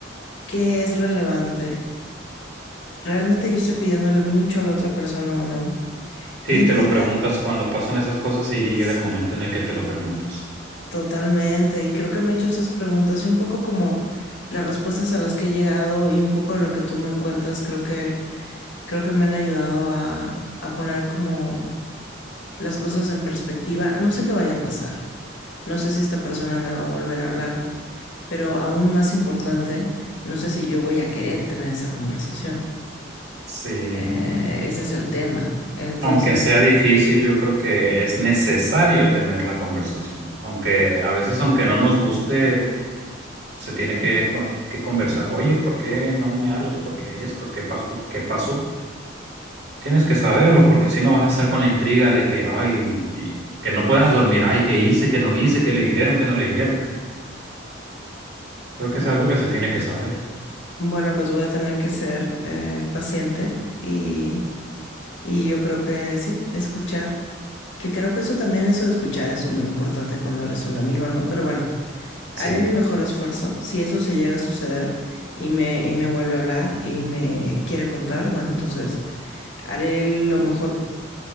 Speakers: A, on the left (about 65°); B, on the right (about 60°).
A: ¿qué es relevante? ¿Realmente yo estoy pidiéndole mucho a la otra persona o no?
B: Sí,
A: Y
B: te
A: ella,
B: lo preguntas cuando pasan esas cosas y llega
A: sí.
B: el momento en el que te lo preguntas.
A: Totalmente, y creo que me he hecho esas preguntas y un poco como las respuestas a las que he llegado y un poco de lo que tú me cuentas, creo que creo que me han ayudado a, a poner como las cosas en perspectiva. No sé qué vaya a pasar, no sé si esta persona me va a volver a hablar, pero aún más importante, no sé si yo voy a querer tener esa conversación.
B: Sí.
A: Eh, ese es el tema. Entonces,
B: Aunque sea difícil, yo creo que es necesario tener la conversación. Aunque a veces, aunque no nos guste, se tiene que, con- que conversar. Oye, ¿por qué no me hablas? ¿Por qué esto? ¿Qué pasó? ¿Qué pasó? Tienes que saberlo, porque si no vas a estar con la intriga de que, ay, y- que no puedas dormir. Ay, ¿qué hice? ¿Qué no hice? ¿Qué le dijeron? ¿Qué no le dijeron? Creo que
A: m-
B: es algo que se tiene que saber.
A: bueno, pues voy a tener que ser eh, paciente y Y yo creo que sí, escuchar. Que creo que eso también, eso de escuchar es muy importante cuando eres un amigo, ¿no? Pero bueno,
B: Sí.
A: haré mi mejor esfuerzo. Si eso se llega a suceder y me, y me vuelve a hablar y me quiere contar, bueno, entonces haré lo mejor